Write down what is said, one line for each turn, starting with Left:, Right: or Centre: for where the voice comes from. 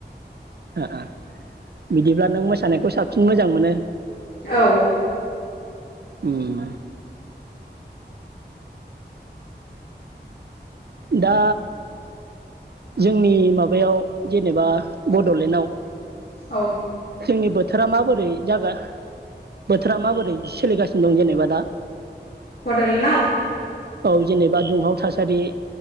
Right: ओ ओ बिदिब्ला नों मोसानायखौ साबसिन मोजां मोनो?
Left: औ।
Right: उम। दा जोंनि माबायाव जेनेबा बडलेण्डआव।
Left: औ।
Right: जोंनि बोथोरा माबोरै जागा बोथोरा माबोरै सोलिगासिनो दं जेनेबा दा?
Left: बडलेण्डआव?
Right: औ जेनेबा दुंहाव थासारि।